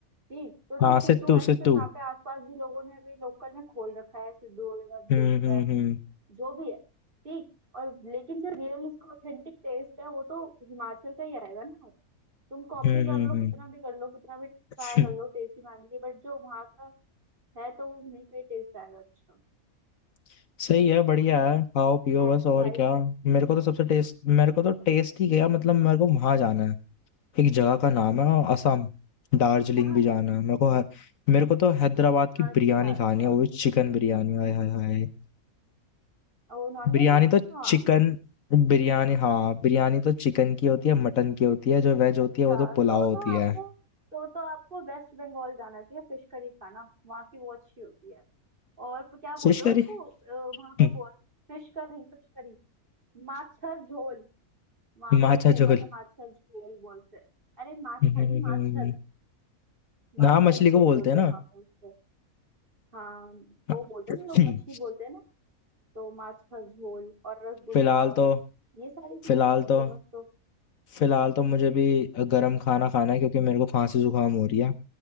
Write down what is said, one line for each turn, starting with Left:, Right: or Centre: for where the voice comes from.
Right: ठीक तो
Left: हाँ
Right: जो सिड्डू
Left: Situ
Right: ऐसे
Left: situ
Right: तो यहाँ पे आसपास भी लोगों ने अभी लोकल में खोल रखा है सिड्डू वगैरह
Left: हम्म
Right: बेचते
Left: हम्म
Right: हैं
Left: हम्म
Right: जो भी है ठीक और लेकिन जो रियल इसका ऑथेंटिक टेस्ट है वो तो हिमाचल का ही आएगा ना यार। तुम कॉपी
Left: हम्म
Right: कर लो
Left: हम्म
Right: कितना भी कर लो कितना भी ट्राई
Left: हम्म।
Right: कर लो टेस्टी बनाने की बट जो वहाँ का है तो वो नहीं कहीं टेस्ट आएगा अच्छा
Left: <laughs> सही है बढ़िया है खाओ पियो
Right: ऐसी
Left: बस और
Right: भाई
Left: क्या
Right: <clears throat>
Left: मेरे को तो सबसे टेस्ट मेरे को तो टेस्ट ही गया मतलब मेरे को वहां जाना है एक जगह का नाम है असम दार्जिलिंग
Right: कहाँ
Left: भी जाना
Right: घर
Left: है मेरे को है- मेरे को तो हैदराबाद की
Right: अच्छा
Left: बिरयानी
Right: अच्छा
Left: खानी है वो चिकन बिरयानी हाय हाय हाय
Right: वो नॉन
Left: बिरयानी
Right: वेजिटेरियन
Left: तो
Right: हो आप
Left: चिकन बिरयानी हाँ बिरयानी तो चिकन की होती है मटन की होती है जो वेज होती
Right: अच्छा
Left: है वो तो पुलाव
Right: तो
Left: होती
Right: तो
Left: है
Right: आपको तो तो आपको वेस्ट बंगाल जाना चाहिए फिश करी खाना वहाँ की वो अच्छी होती है और प- क्या बोलते
Left: Fish
Right: हो
Left: curry
Right: उसको अ, वहाँ
Left: <laughs>
Right: पे बोल Fish curry fish curry Macher jhol वहाँ
Left: हम्म, माछा
Right: पे फेमस
Left: झोल <laughs>
Right: है माछर झोल बोलते हैं अरे माछा
Left: हम्म,
Right: नहीं माछर
Left: हम्म।
Right: माछ
Left: हाँ मछली
Right: का झोल
Left: को बोलते
Right: बोलते
Left: हैं ना
Right: हैं वहां पर उसको हाँ
Left: <clears throat>
Right: वो बोलते हैं ना लोग
Left: हम्म,
Right: मछली बोलते हैं ना तो माछ का झोल और रसगुल्ला
Left: फिलहाल तो
Right: ये सारी चीजें
Left: फिलहाल
Right: हैं फेमस
Left: तो
Right: तो
Left: फिलहाल तो मुझे भी गरम खाना खाना है क्योंकि मेरे को खांसी जुकाम हो रही है